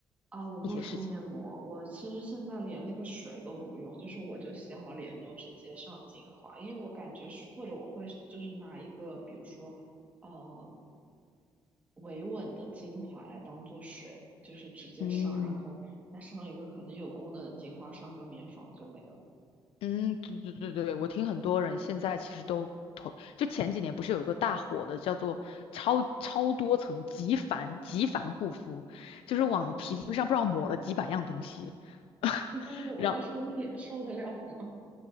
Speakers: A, on the right (about 15°); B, on the left (about 85°).
A: 啊，我不敷面膜，
B: 一些事情？
A: 我其实现在连那个水都不用，就是我就洗好脸就直接上精华，因为我感觉是或者我会就是拿一个比如说呃维稳的精华来当做水，就是直接上，
B: 嗯。
A: 然后再上一个可能有功能的精华，上个面霜就没了。
B: 嗯，对对对对，我听很多人现在其实都投，就前几年不是有个大火的叫做超超多层极繁极繁护肤，就是往皮肤上不知道抹了几百样东西，<laughs>
A: <laughs> 但是我就说脸受得了吗？
B: 让。